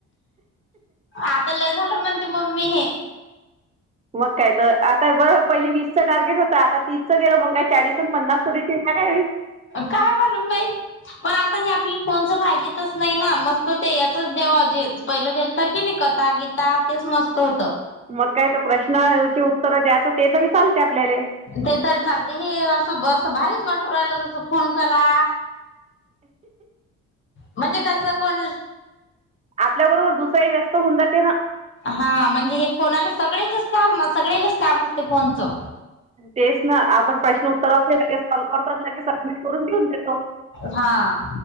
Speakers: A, on the left; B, on the right.
A: आता ल झालं म्हणते मम्मी हे.
B: मग काय तर आता बरंर पहिली वीसचं टार्गेट होता आता तीसचं गेलं मग काय चाळीस आणि पन्नासचं दे काय.
A: काय म्हलम बाई पण आता हे आपली फोनच पाहिजे तरच नाही ना मस्त त ते याचच देव जे पहिलं दिलत की नाही कथा गीता तेच मस्त होत.
B: मग काय तर प्रश्नाचे उत्तर द्यायचं ते तरी चालते आपल्याला
A: ते तर चालते हे असं बस बाारीच वाटर राहिलं जस फोन करा. म्हणजे कस कोण?
B: आपल्याबरोबर दुसराही व्यस्त होऊन जाते ना.
A: हा म्हणजे हे फोनाला सगळेचच काम सगळेच काम असते फोनचं.
B: तेच ना आपण प्रश्न उत्तरगे कॉल करतातगे सबमिट करून देऊन देतो.
A: हा.